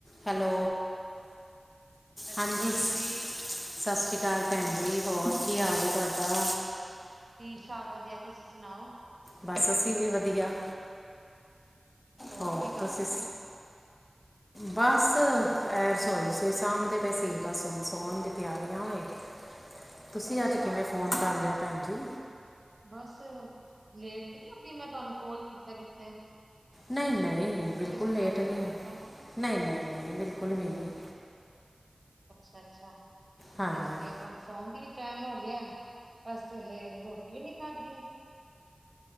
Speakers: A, on the left; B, on the right.
A: ਹੈਲੋ
B: ਸਤਿ ਸ੍ਰੀ
A: ਹਾਂਜੀ
B: ਅਕਾਲ
A: ਸਤਿ
B: ਜੀ।
A: ਸ਼੍ਰੀ ਅਕਾਲ ਭੈਣ ਜੀ, ਹੋਰ ਕੀ ਹਾਲ ਏ ਤੁਹਾਡਾ
B: ਠੀਕ-ਠਾਕ ਵਧੀਆ, ਤੁਸੀਂ ਸੁਣਾਓ।
A: ਬਸ ਅਸੀਂ ਵੀ ਵਧੀਆ, ਹੋਰ
B: ਕੀ ਕਰ
A: ਤੁਸੀਂ
B: ਰਹੇ ਸੀ?
A: ਬਸ ਇਹ ਰਸੋਈ-ਰਸੁਈ ਸਾਂਭਦੇ ਪਏ ਸੀ, ਹੁਣ ਸੋਣ ਦੀ ਤਿਆਰੀਆਂ ਹੋਏ ਤੁਸੀਂ
B: ਅੱਛਾ,
A: ਅੱਜ ਕਿਵੇਂ ਫ਼ੋਨ ਕਰ ਲਿਆ, ਭੈਣ ਜੀ।
B: ਬਸ ਲੇਟ ਤੇ ਨੀ ਹੋਗੀ, ਮੈਂ ਤੁਹਾਨੂੰ ਕੋਲ ਕੀਤਾ ਕਿੱਥੇ?
A: ਨਈ-ਨਈ, ਬਿਲਕੁਲ
B: ਡਿਸਟਰਬ
A: ਲੇਟ ਨਈ-ਨਈ,
B: ਤੇ ਨੀ ਕੀਤਾ?
A: ਨਈ-ਨਈ, ਬਿਲਕੁਲ ਵੀ ਨਈ।
B: ਅੱਛਾ-ਅੱਛਾ ਨਹੀਂ
A: ਹਾਂਜੀ
B: ਵਸ ਤੇ ਤੁਹਾਡੀ ਸੌਂ ਦੀ ਟੈਮ ਹੋ ਗਿਆ, ਬਸ ਲੇ ਰੋਟੀ ਈ ਨੀ ਖਾਧੀ।